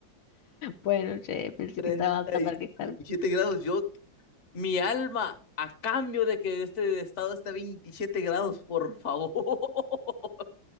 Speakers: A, on the left; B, on the left.
A: Bueno, che, pensé
B: Treinta
A: que estaba apta
B: y
A: para quejarme.
B: veintisiete grados, yo, mi alma, a cambio de que este estado esté a 27 grados, por favor. <laughs>